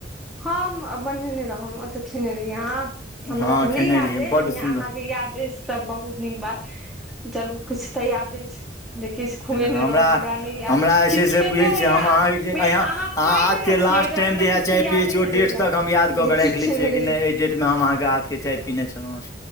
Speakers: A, in the centre; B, on the left.
A: हम बनेने रहौ त खेने रहि यहाँ हमरा
B: हँ
A: तऽ नहि
B: खेने
A: याद
B: रहियै
A: अ
B: बड्ड
A: अहाँके
B: सुन्दर
A: याद अछि त बहुत नीक बात चलू किछ तऽ याद अछि छै जे किछु खुएने
B: हमरा
A: रहौ नहि याद
B: हमरा जे
A: किछु
B: छै
A: खेने
B: से बुझै
A: रहियै
B: छिय हम
A: अहाँ
B: अहाँह
A: मे अहाँ खाइ
B: आ
A: नहि ने छियै
B: लास्ट
A: एहि दुआरे
B: टाइम
A: हमरा
B: जहिया
A: किछो
B: चाय
A: यादे
B: पिययै छी
A: नहि
B: ओ डेट
A: रहैया
B: तक हम याद कऽ
A: जे की
B: राखि
A: खेने
B: लै छियै
A: रहियै
B: कि नहि एहि डेटमे हम अहके हत के चाय पिने छलहुँ हँ